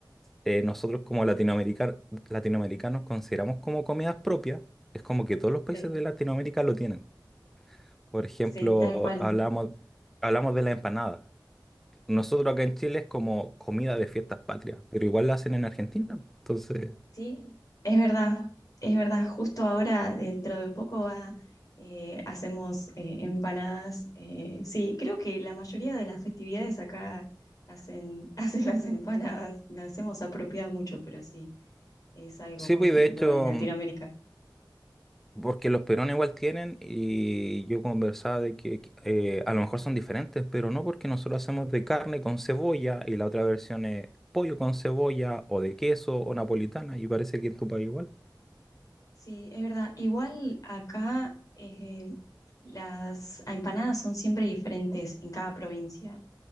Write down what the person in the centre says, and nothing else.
eh, nosotros como latinoamericanos, latinoamericanos consideramos como comidas propias, es como que todos los países
de Latinoamérica lo tienen. Por ejemplo,
hablamos, hablamos de la empanada. Nosotros acá en Chile es como comida de fiestas patrias, pero igual la hacen en Argentina. Entonces,
sí,
pues
de hecho,
Porque los peruanos igual tienen y yo conversaba de que eh, a lo mejor son diferentes, pero no porque nosotros hacemos de carne con cebolla y la otra versión es pollo con cebolla o de queso o napolitana y parece que en tu país igual.